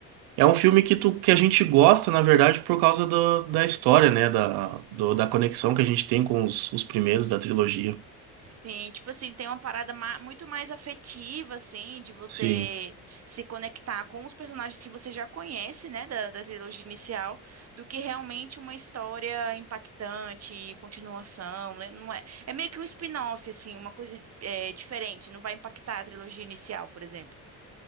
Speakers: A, on the right; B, on the right.
A: é um filme que, tu, que a gente gosta, na verdade, por causa do- da história, né? Da, do- da conexão que a gente tem com os, os primeiros da trilogia.
B: Sim, tipo assim, tem uma parada ma- muito mais afetiva, assim, de você
A: Sim.
B: se conectar com os personagens que você já conhece, né, da, da trilogia inicial, do que realmente uma história impactante, continuação, né? Não é, é meio que um spin-off, assim, uma coisa é, diferente, não vai impactar a trilogia inicial, por exemplo.